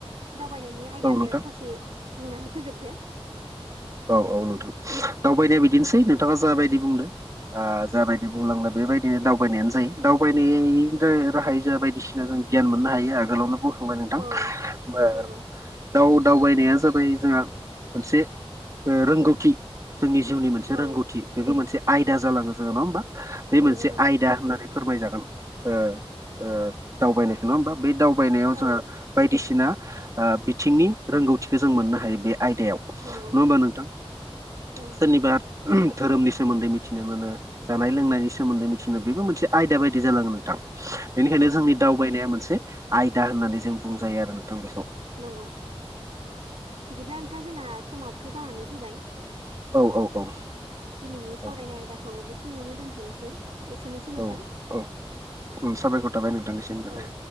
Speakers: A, on the right (about 75°); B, on the right (about 35°).
A: दावबायनायनि आयदाखो
B: औ नोंथां
A: ससे बुंनानै फोजोबदो।
B: औ औ नोंथां दावबायनाया बिदिनोसै नोंथाङा जाबायदि बुंदों ओ जाबायदि बुंलांला बेबायदिनो दावबायनायानो जायो। दावबायनाय राहायै जा बायदिसिना जों ग्यान मोननो हायो। आगोलावनोबो फंबाय नोंथां,
A: औ
B: ओ
A: नंगौ
B: दाउ-दावबायनाया जाबाय जोंहा मोनसे रोंगौथि जोंनि जिउनि मोनसे
A: औ
B: रोंगौथि बेबो मोनसे। आयदा जालाङो जोङो नङा होमबा, बे
A: नंगौ
B: मोनसे
A: नोंथां
B: आयदा होननानै फोरमायजागोन ओ ओ। दावबायनायखौ नङा होमबा बे दावबायनायाव जोंहा
A: औ
B: बायदिसिना ओ बिथिंनि रोंगौथि जों मोननो हायो बे आयदायाव नङा
A: नंगौ
B: होमबा नोंथां।
A: औ
B: सोरनिबा धोरोमनि सोमोन्दै मिथिनो मोनो। जानाय लोंनायनि सोमोन्दै मिथिनो, बेबो मोनसे आयदा बायदि जालाङो नोंथां। बेनिखायनो
A: औ
B: जोंनि दावबायनाया मोनसे आयदा होननानै जों बुंजायो आरो नोंथां बेखौ
A: नंगौ बिदिब्ला नोंथाङा जोंना समाबोथ' जानानै फैबाय
B: औ औ औ
A: दिनैनि सावरायनाय
B: औ
A: आयदाखौ बेखिनियावनो दोन्थ'नोसै एसेनोसै नोंथां
B: औ औ साबायखर थाबाय नोंथांनिसिमबो
A: औ
B: दे